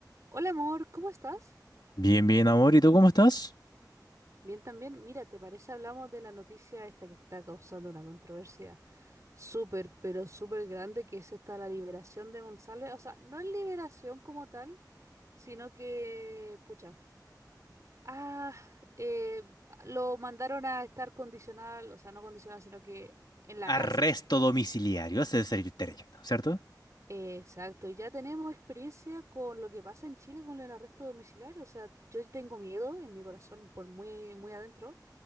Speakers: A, on the right; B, on the left.
A: Hola amor, ¿cómo estás?
B: Bien, bien, amor. ¿Y tú cómo estás?
A: Bien también. Mira, ¿te parece hablamos de la noticia esta que está causando una controversia súper, pero súper grande, que es esta la liberación de Monsalve? O sea, no es liberación como tal, sino que, pucha, ah, eh, lo mandaron a estar condicional, o sea, no condicional, sino que en la
B: Arresto
A: casa.
B: domiciliario, ese es el término, ¿cierto?
A: Exacto, y ya tenemos experiencia con lo que pasa en Chile con el arresto domiciliario. O sea, yo tengo miedo en mi corazón, por muy, muy adentro